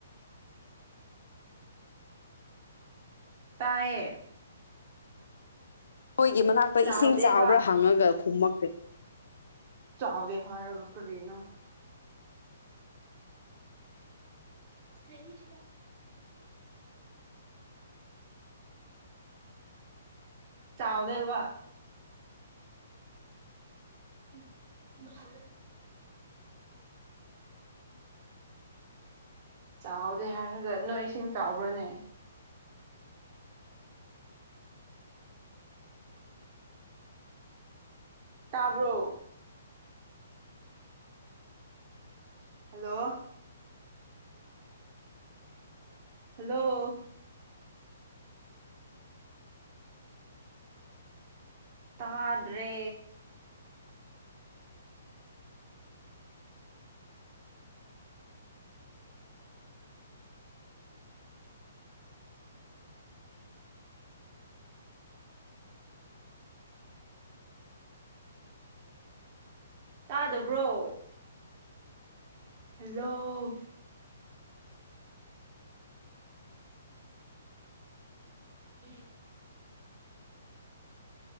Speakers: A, on the right; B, on the left.
A: ꯇꯥꯏꯌꯦ
B: ꯑꯩꯈꫭꯏꯒꯤ ꯃꯅꯥꯛꯇ
A: ꯆꯥꯎꯗꯦꯕ
B: ꯏꯁꯤꯡ ꯆꯥꯕ꯭ꯔꯥ ꯍꯪꯉꯒ ꯈꯨꯃꯛꯇꯦ
A: ꯆꯥꯎꯗ ꯍꯥꯏꯔ ꯀꯔꯤꯅꫭ UNINTELLIGIBLE ꯆꯥꯎꯗꯦꯕ ꯂꯧꯁꯤꯟꯕ ꯉꯝꯗꯕ ꯆꯥꯎꯗꯦ ꯍꯥꯏꯔꯒ ꯅꯣꯏ ꯏꯁꯤꯡ ꯆꯥꯎꯕ꯭ꯔꯥꯅꯦ ꯇꯥꯕ꯭ꯔꯣ ꯍꯜꯂꯣ ꯍꯜꯂꯣ ꯇꯥꯗ꯭ꯔꯦ ꯇꯥꯗꯕ꯭ꯔꯣ ꯍꯜꯂꯣ ꯂꯧꯁꯤꯟꯕ ꯉꯝꯗꯕ